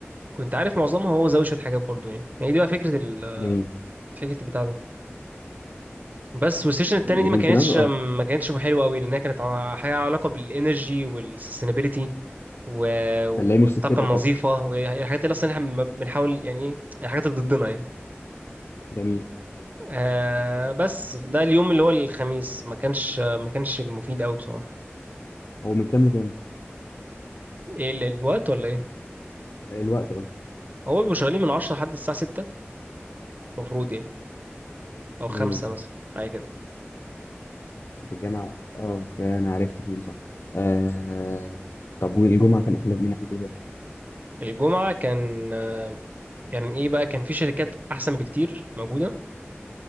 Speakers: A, on the right; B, on the left.
A: كنت عارف معظمها هو زود شويه حاجات برضو يعني ما هي دي بقى فكره ال...
B: جميل
A: فكره البتاع ده بس والسيشن التاني
B: الايفنت
A: دي ما كانتش
B: نفسه اه
A: ما كانتش حلوه قوي لانها كانت ع- حاجه علاقه بالانرجي والسستينابيلتي و... والطاقه
B: فاللي مش سكتك
A: النظيفه
B: اصلا
A: والحاجات اللي اصلا احنا بنحاول يعني إيه، الحاجات اللي ضدنا يعني
B: جميل
A: آه بس ده اليوم اللي هو الخميس ما كانش ما كانش مفيد قوي بصراحة
B: هو من كام لكام
A: ايه ال- الوقت ولا ايه
B: الوقت اه
A: هو بيبقوا شغالين من 10 لحد الساعة 6 المفروض يعني او
B: جميل
A: 5 مثلا حاجة كده
B: في الجامعه اه فانا عرفت فين صح آه طب والجمعه كان احلى من ناحيه ايه بقى
A: الجمعة كان آه، كان ايه بقى كان في شركات احسن بكتير موجودة